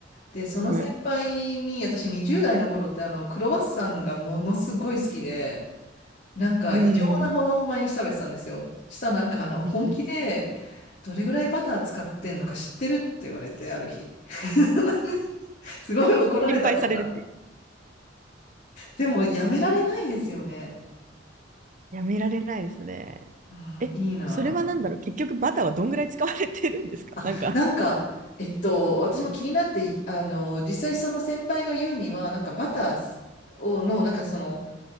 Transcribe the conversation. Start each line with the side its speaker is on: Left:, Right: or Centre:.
Left: で、その先輩に、
Right: はい。
Left: 私20代の頃って、あの、クロワッサンがものすごい好きで、なんか異常なほど毎日食べてたんですよ。
Right: うん。
Left: したらなんか、あの、本気で、
Right: うんうん。
Left: どれぐらいバター使ってんのか知ってるって言われて、ある日。<laughs> すごい怒られたことが。
Right: 心配されるっていう。
Left: でも、やめられないですよね。
Right: やめられないですね。
Left: あーいいな
Right: え、それはなんだろう、結局バターはどんぐらい使われてるんですかなんか。
Left: あ。なんか、えっと、私も気になって、
Right: うん。
Left: あの、実際その先輩が言うには、なんかバターをの、なんかその、